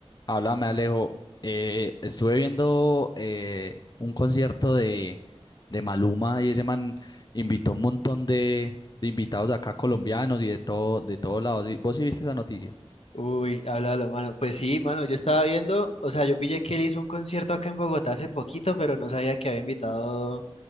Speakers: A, on the left; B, on the left.
A: Háblame, Alejo. Eh, estuve viendo eh, un concierto de, de Maluma y ese man invitó un montón de, de invitados acá colombianos y de todo, de todos lados. ¿Y ¿Vos sí viste esa noticia?
B: Uy, háblalo, mano. Pues sí, mano, yo estaba viendo, o sea, yo pillé que él hizo un concierto acá en Bogotá hace poquito, pero no sabía que había invitado